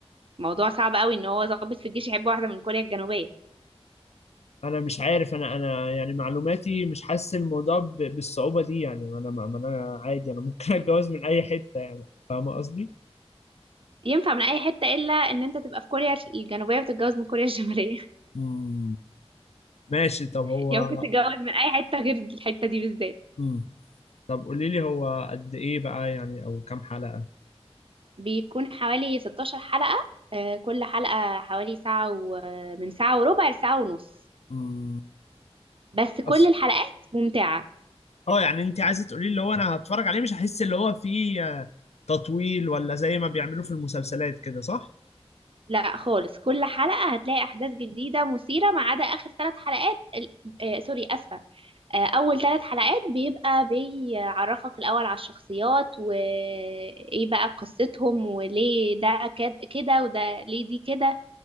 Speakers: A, on the right; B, on the left.
A: موضوع صعب قوي ان هو ضابط في الجيش يحب واحدة من كوريا الجنوبية
B: انا مش عارف انا انا يعني معلوماتي مش حاسس الموضوع ب... بالصعوبه دي يعني انا ما ما انا عادي انا ممكن <laughs> اتجوز من اي حته يعني فاهمه قصدي
A: ينفع من اي حتة الا ان انت تبقى في كوريا الجنوبية وتتجوز من كوريا الشمالية
B: امم ماشي طب
A: <laughs>
B: هو
A: يعني ممكن تتجوز من اي حتة غير الحتة دي بالذات
B: مم. طب قولي لي هو قد ايه بقى يعني او كام حلقة
A: بيكون حوالي 16 حلقة آه، كل حلقة حوالي ساعة و... من ساعة وربع لساعة ونص
B: مم.
A: بس كل
B: بس
A: الحلقات ممتعة
B: اه يعني انت عايزة تقولي لي اللي هو انا هتفرج عليه مش هحس اللي هو فيه آه، تطويل ولا زي ما بيعملوا في المسلسلات كده صح؟
A: لا خالص كل حلقة هتلاقي أحداث جديدة مثيرة ما عدا آخر ثلاث حلقات ال- آه سوري آسفة آه أول ثلاث حلقات بيبقى بيعرفك الأول على الشخصيات وإيه بقى قصتهم وليه ده كد- كده وده ليه دي كده